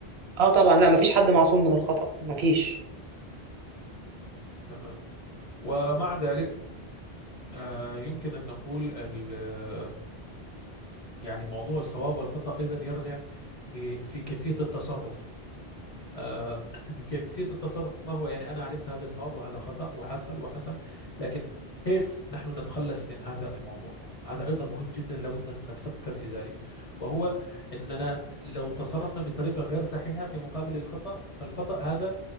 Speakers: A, on the right (about 80°); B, on the left (about 45°).
A: اه طبعا لا مفيش حد معصوم من الخطأ مفيش
B: تمام ومع ذلك آه، يمكن أن نقول ال- آه، يعني موضوع الصواب والخطأ أيضا يرجع إيه، في كيفية التصرف آه، <clears throat> كيفية التصرف ما هو يعني أنا علمت هذا صواب وهذا خطأ وحصل وحصل لكن كيف نحن نتخلص من هذا الموضوع هذا أيضا مهم جدا لابد أن نتفكر في ذلك وهو أننا لو تصرفنا بطريقة غير صحيحة في مقابل الخطأ فالخطأ هذا